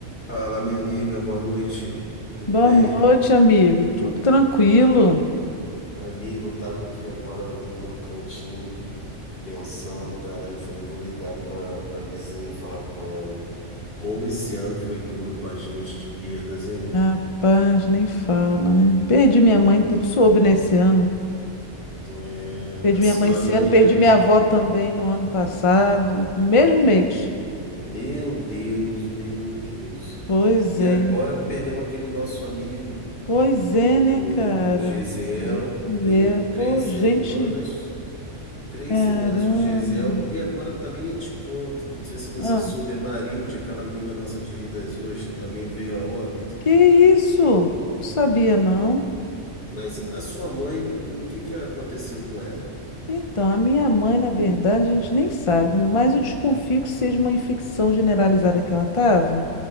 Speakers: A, on the left (about 50°); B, on the left (about 35°).
A: Fala, minha amiga, boa noite. Tudo
B: Boa
A: bem?
B: noite, amigo. Tudo tranquilo?
A: Amiga, eu tava aqui agora no meu cantinho pensando, cara, aí eu falei, vou ligar pra, pra vizinha falar com ela. Como esse ano foi duro com a gente de perdas, hein?
B: Rapaz, nem fala, né? Perdi minha mãe, tu soube, né, esse ano.
A: É,
B: Perdi
A: a senhorinha,
B: minha mãe esse ano, perdi
A: né?
B: minha avó também no ano passado, no mesmo
A: Meu
B: mês.
A: Deus. Meu Deus, meu Deus.
B: Pois
A: E
B: é,
A: agora perdemos aquele nosso amigo,
B: pois é,
A: o,
B: né, cara?
A: o Gesiel,
B: Gente,
A: tem
B: é, é.
A: três
B: pô,
A: semanas.
B: gente,
A: Três
B: caramba.
A: semanas o Gesiel, e agora também nem te conto, não sei se você
B: Ah,
A: soube, a Marilde, aquela amiga nossa de Rei das Ostras, também veio a óbito.
B: que isso? Não sabia, não.
A: Mas a sua mãe, o que que aconteceu com ela?
B: Então, a minha mãe, na verdade, a gente nem sabe, mas eu desconfio que seja uma infecção generalizada que ela estava.